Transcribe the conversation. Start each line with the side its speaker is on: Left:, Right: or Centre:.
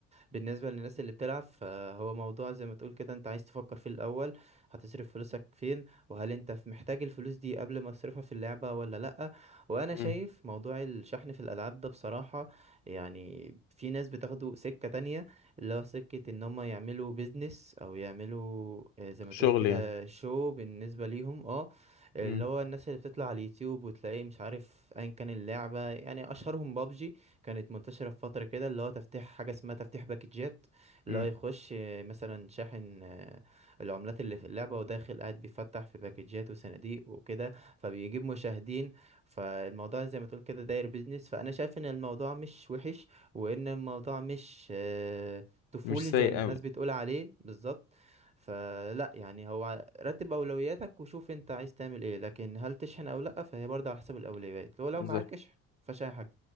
Right: بالنسبة للناس اللي بتلعب فهو موضوع زي ما تقول كده انت عايز تفكر فيه الأول هتصرف فلوسك فين وهل انت ف- محتاج الفلوس دي قبل ما تصرفها في اللعبة ولا لأ وأنا
Left: مم.
Right: شايف موضوع الشحن في الألعاب ده بصراحة يعني في ناس بتاخده سكة تانية اللي هو سكة ان هم يعملوا بيزنس او يعملوا آه، زي ما
Left: شغل
Right: تقول كده
Left: يعني
Right: شو بالنسبة ليهم اه اللي
Left: مم.
Right: هو الناس اللي بتطلع على اليوتيوب وتلاقيه مش عارف ايا كان اللعبة يعني اشهرهم بابجي كانت منتشرة في فترة كده اللي هو تفتيح حاجة اسمها تفتيح باكجات اللي
Left: مم.
Right: هو يخش آه، مثلا شاحن آه، العملات اللي في اللعبة وداخل قاعد بيفتح في باكجات وصناديق وكده فبيجيب مشاهدين فالموضوع زي ما تقول كده داير بيزنس فأنا شايف إن الموضوع مش وحش وإن الموضوع مش آه، طفولي
Left: مش سيء
Right: زي ما الناس
Left: أوي
Right: بتقول عليه بالظبط فلا يعني هو رتب أولوياتك وشوف أنت عايز تعمل إيه لكن هل تشحن أو لأ فهي برضه على حسب الأولويات لو لو
Left: بالظبط
Right: معاك اشحن فشاي حاجة